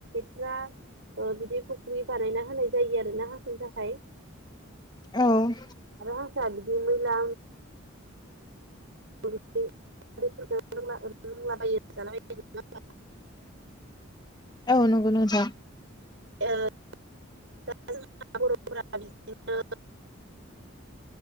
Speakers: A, on the right; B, on the left.
A: ग्रा बिदि फुख्रि बानायना होनाय जायो आरो ना हांसोनि थाखाय
B: औ।
A: आरो हांसोआ बिदि मैला <unintelligible> रोंलाबायो जाला बायो नङा होमबा?
B: औ नंगौ नोंथां।
A: ओ दा जोंहा बर'फोरा बिदिनो